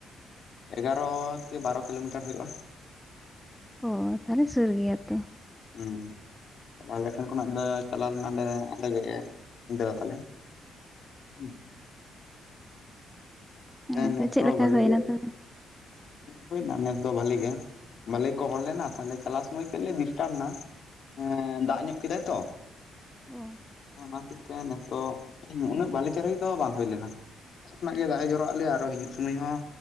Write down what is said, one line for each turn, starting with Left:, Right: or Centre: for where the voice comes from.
Left: ᱮᱜᱟᱨᱚ ᱛᱷᱮᱠᱮ ᱵᱟᱨᱚ ᱠᱤᱞᱳᱢᱤᱴᱟᱨ ᱦᱳᱭᱳᱜ-ᱟ᱾
Centre: ᱚᱻ ᱛᱟᱦᱚᱞᱮ ᱥᱩᱨ ᱜᱮᱭᱟ ᱛᱚ᱾
Left: ᱦᱮᱸᱻ ᱟᱞᱮ ᱴᱷᱮᱱ ᱠᱷᱚᱱᱟᱜ ᱫᱚ ᱪᱟᱞᱟᱣ ᱞᱮᱱᱟᱞᱮ ᱟᱞᱮ ᱜᱮ ᱤᱧ ᱫᱟᱫᱟ ᱛᱟᱞᱮ, ᱦᱩᱸ <inaudible> ᱦᱮᱸ
Centre: ᱦᱳᱭ
Left: ᱱᱮᱥ
Centre: ᱛᱚ ᱪᱮᱫ
Left: ᱫᱚ
Centre: ᱞᱮᱠᱟ
Left: ᱵᱷᱟᱞᱮ
Centre: ᱦᱩᱭᱱᱟ
Left: ᱜᱮ,
Centre: ᱛᱚᱵᱮ
Left: ᱦᱩᱭᱱᱟ ᱱᱮᱥ ᱫᱚ ᱵᱷᱟᱞᱮ ᱜᱮ ᱵᱷᱟᱞᱮ ᱠᱚ ᱦᱚᱲ ᱞᱮᱱᱟ ᱛᱟᱦᱞᱮ ᱪᱟᱞᱟᱣ ᱥᱚᱢᱳᱭ ᱠᱟᱹᱡ ᱞᱮ ᱰᱤᱥᱴᱟᱵ ᱞᱮᱱᱟ, ᱦᱮᱸᱻ ᱫᱟᱜ ᱧᱚᱜ ᱠᱮᱫᱟᱭ ᱛᱚ᱾
Centre: ᱚᱻ
Left: ᱚᱱᱟ ᱠᱷᱟᱹᱛᱤᱨ ᱱᱮᱥ ᱫᱚ ᱩᱱᱟᱹᱜ ᱵᱟᱹᱞᱤ ᱪᱟᱨᱤ ᱫᱚ ᱵᱟᱝ ᱦᱩᱭ ᱞᱮᱱᱟ, ᱠᱷᱚᱱᱟᱜ ᱜᱮ ᱫᱟᱜ ᱮ ᱡᱚᱨᱚ ᱟᱜ ᱞᱮᱭᱟ ᱟᱨᱚ ᱦᱤᱡᱩᱜ ᱥᱚᱢᱚᱭ ᱦᱚᱸ